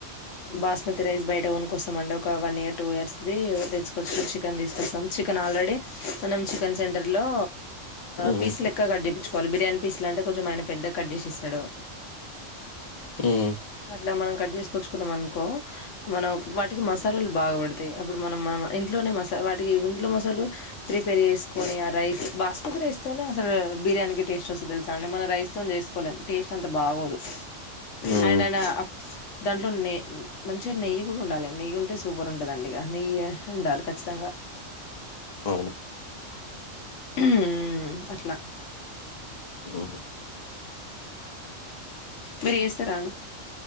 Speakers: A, on the left (about 70°); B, on the left (about 45°).
A: బాస్మతి రైస్ బయట కొనుకొస్తామండి ఒక వన్ ఇయర్ టూ ఇయర్స్ది తెచ్చు కొర్ చికెన్ తీసుకొస్తాం చికెన్ ఆల్రెడీ మనం చికెన్ సెంటర్లో
B: ఉమ్,
A: పీస్ లెక్క కట్ చేయిచుకోవాలి బిర్యానీ పీస్ లు అంటే కొంచం ఆయన పెద్ద కట్ చేసస్తాడు
B: ఉమ్,
A: అట్లా మనం కట్ చేసుకొచ్చుకున్నాం అనుకో మనం వాటికి మసాలాలు బాగా పడతాయి అప్పుడు మనం మన ఇంట్లోనే మస వాటికి ఇంట్లో మసాలాలు ప్రిపేర్ చేసుకొని ఆ రైస్ బాస్ రైస్ తోనో అసలు బిర్యానీ క టేస్ట్ వస్తుంది తెలుసా అండి మనం రైస్తో చేసుకోలేం టేస్ట్ అంత బాగోదు
B: ఉమ్,
A: అండ్ ఆన దాంట్లో నెయ మంచిగా నెయ్యి కూడా ఉండాలి నెయ్యి ఉంటే సూపర్ ఉంటదడిక నెయ్యి ఉండాలి ఖచ్చితంగా
B: ఆ
A: హమ్ అట్లా
B: ఆ
A: మరి సర